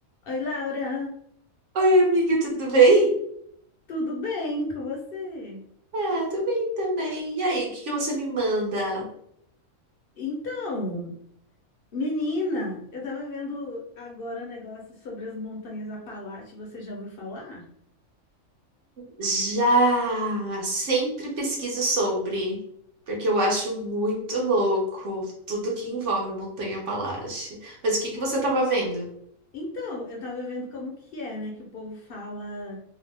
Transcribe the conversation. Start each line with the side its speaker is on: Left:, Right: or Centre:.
Left: Oi, Laura,
Right: Oi, amiga, tudo bem?
Left: tudo bem com você?
Right: Ah, tô bem também. E aí, o que que você me manda?
Left: Então, menina, eu tava vendo agora um negócio sobre as montanhas Apalache, você já ouviu falar?
Right: Já sempre pesquiso sobre, porque eu acho muito louco tudo que envolve montanha-palácio. Mas o que que você tava vendo?
Left: Então, eu tava vendo como que é, né, que o povo fala